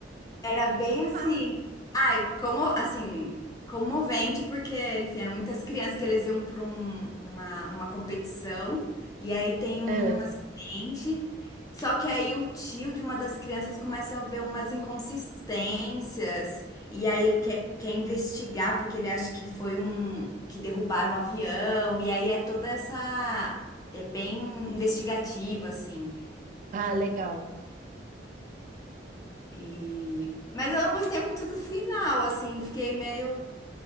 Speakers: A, on the left (about 20°); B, on the right (about 45°).
A: era bem assim.
B: <laughs> ah,
A: Ai, como assim, comovente, porque, enfim, eram muitas crianças que eles iam para uma, uma competição. E aí tem um
B: ah.
A: Gente, Só que aí o tio de uma das crianças começa a ver umas inconsistências. E aí ele quer, quer investigar, porque ele acha que foi um, que derrubaram um avião. E aí é toda essa. É bem investigativo, assim.
B: Ah, legal.
A: E... Mas eu não gostei muito do final, assim. Fiquei meio.